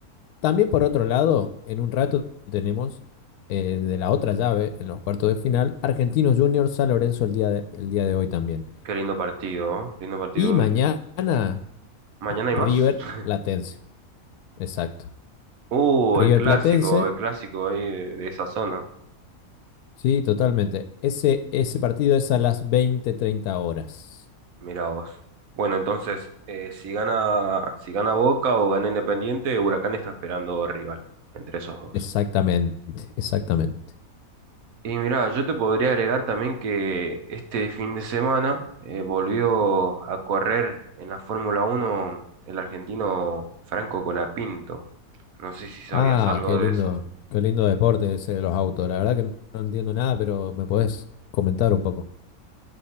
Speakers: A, on the left; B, on the right.
A: También por otro lado, en un rato tenemos eh, de la otra llave, en los cuartos de final, Argentinos Juniors San Lorenzo el día de- el día de hoy también.
B: qué lindo partido, ¿eh? Lindo partido.
A: Y mañana,
B: ¿Mañana hay
A: River
B: más? <laughs>
A: Platense, exacto.
B: Uh,
A: River
B: el clásico,
A: Platense.
B: el clásico ahí de, de esa zona.
A: Sí, totalmente. Ese, ese partido es a las 20 30 horas.
B: Mira vos. Bueno, entonces, eh, si gana, si gana Boca o gana Independiente, Huracán está esperando rival entre esos dos.
A: Exactamente, exactamente.
B: Y mirá, yo te podría agregar también que este fin de semana eh, volvió a correr en la Fórmula Uno el argentino Franco Colapinto. No sé si sabías
A: Ah,
B: algo
A: qué
B: de
A: lindo,
B: eso.
A: qué lindo deporte ese de los autos. La verdad que no no entiendo nada, pero me podés comentar un poco.